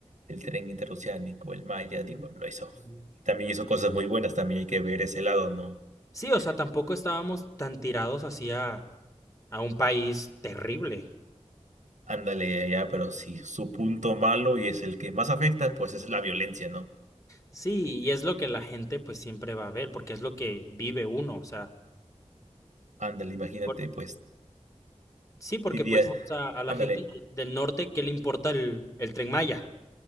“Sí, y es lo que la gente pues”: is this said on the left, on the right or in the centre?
Left